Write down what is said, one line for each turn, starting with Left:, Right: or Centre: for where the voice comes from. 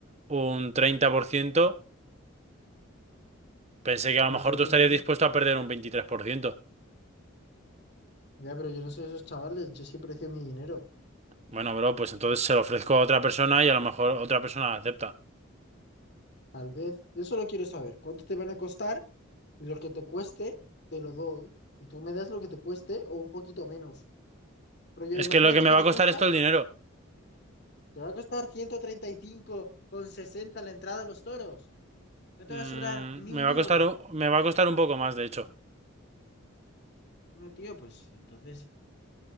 Right: un 30%, pensé que a
Left: pues
Right: lo mejor
Left: yo
Right: tú
Left: qué
Right: estarías
Left: sé.
Right: dispuesto a perder un 23%.
Left: Ya, pero yo no soy esos chavales, yo sí precio mi dinero.
Right: Bueno, bro, pues entonces se lo ofrezco a otra persona y a lo mejor otra persona acepta.
Left: Tal vez, yo solo quiero saber cuánto te van a costar y lo que te cueste, te lo doy. Y tú me das lo que te cueste o un poquito menos. Pero yo,
Right: Es
Left: imagínate
Right: que lo que me
Left: que
Right: va
Left: te
Right: a costar
Left: cuesta,
Right: esto el dinero.
Left: te va a costar ciento treinta y cinco con sesenta la entrada a los toros. No te
Right: Mm,
Left: va a sobrar ni un
Right: me
Left: duro.
Right: va a costar, un- me va a costar un poco más, de hecho.
Left: No, tío, pues entonces,